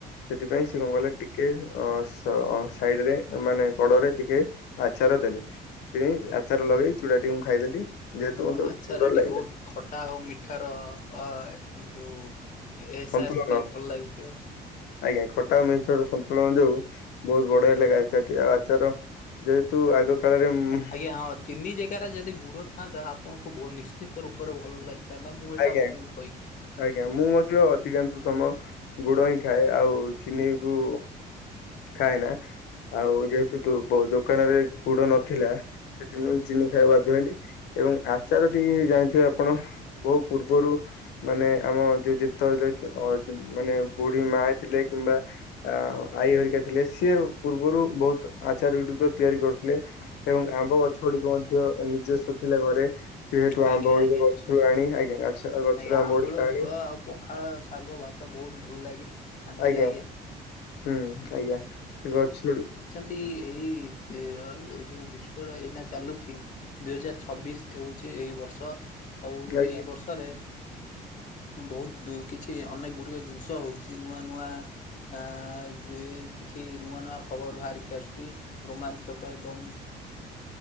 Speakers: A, on the left; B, on the left.
A: ସେଥିପାଇଁ ଶିଏ କଣ କଲେ ଟିକେ ଅଁ <unintelligible> ସାଇଡରେ ମାନେ କଡ଼ରେ ଟିକେ ଆଚାର ଦେଲେ, ସେଇ ଆଚାର ଲଗେଇ ଚୁଡ଼ାଟି ମୁଁ ଖାଇଦେଲି। ଯେହେତୁ
B: ହଁ
A: ମତେ
B: ଆଚାର
A: ସୁନ୍ଦର
B: ଏଠି
A: ଲାଗିଲା
B: ବୋହୁତ୍ ଖଟା ଆଉ ମିଠାର ଅଁ -ଅଁ-ଅଁ ଯୋଉ ଏ ସାସ୍ଥି
A: ସନ୍ତୁଳନ
B: ଭଲ ଲାଗ୍ ଥିବ।
A: ଆଜ୍ଞା ଖଟା <unintelligible> ସନ୍ତୁଳନ ଯୋଗୁ ବୋହୁତ୍ ବଢିଆ ଲାଗେ ଆଚାର ଟି ଆଉ ଆଚାର। ଯେହେତୁ ଆଗ କାଳରେ ଉମ୍-ମ୍-ମ୍
B: ଆଜ୍ଞା ହଁ ଚିନି ଜେଗାରେ ଯଦି ଗୁଡ ଥାନ୍ତା ଆପଣଙ୍କୁ <inaudible> ନିଶ୍ଚିତ ରୂପରେ ଭଲ ଲାଗି ତା ନାଁ ମୁଁ ଏଇଟା
A: ଆଜ୍ଞା
B: ମୁଁ କହିଛି।
A: ଆଜ୍ଞା ମୁଁ ମଧ୍ୟ ଅଧିକାଂଶ ସମୟ। ଗୁଡ ହିଁ ଖାଏ ଆଉ ଚିନି କୁ ଖାଏ ନା। ଆଉ ଯେହେତୁ ଦୋ ବ ଦୋକାନରେ ଗୁଡ ନଥିଲା। ସେଥିପାଇଁ ମୁଁ ଚିନି ଖାଇବାକୁ ବାଧ୍ୟ ହେଲି ଏବଂ ଆଚାରଟି ଜାଣିଥିବେ ଆପଣ। ବହୁ ପୂର୍ବରୁ। ମାନେ ଆମ ର ଯେ ଯେତେବେଳେ ଅ ମାନେ ବୁଢୀ ମା ଥିଲେ କିମ୍ବା। ଆ ଆଈ ହରିକା ଥିଲେ ସିଏ ପୂର୍ବରୁ ବହୁତ ଆଚାର ଗୁଡିକ ତିଆରି କରୁଥିଲେ। ଏବଂ ଆମ୍ବ ଗଛ ଗୁଡିକ ମଧ୍ୟ ନିଜସ୍ୱ ଥିଲା ଘରେ। ଯେହେତୁ
B: ଆଜ୍ଞା
A: ଆମ୍ବ ଗୁଡ଼ିକ
B: ଆଜ୍ଞା
A: ଗଛରୁ ଆଣି ଆଜ୍ଞା। ଆଛା ଗଛରୁ
B: ଆଜ୍ଞା
A: ଆମ୍ବ
B: ଆମ୍ବୁଳ
A: ଗୁଡିକ ଆଣି
B: ଝୋଳ ଆଉ ପଖାଳ ଶାଗ ଭାତ ବହୁତ ଭଲ ଲାଗେ ଶାନ୍ତି
A: ଆଜ୍ଞା
B: ଲାଗେ।
A: ହୁଁ ଆଜ୍ଞା ସେ ଗଛ ରୁ।
B: ଟି ଏହି ଏ ଅ ଏ ଯୋଉ ବିଶ୍ଵର ଏଇନା ଚାଲୁଛି ଦୁଇ ହଜାର ଛବିଶି। ହଉଛି ଏଇ ବର୍ଷ ଆଉ
A: ଆଜ୍ଞା
B: ଏଇ ବର୍ଷରେ। ବହୁତ କିଛି ଅନେକ ଗୁଡ଼ିଏ ଜିନିଷ ହଉଛି ନୂଆ ନୂଆ ଆ ଯିଏ କିଛି ନୂଆ ନୂଆ ଖବର ବାହାରିକି ଆସୁଛି ରୋମାଞ୍ଚକ ଏବଂ।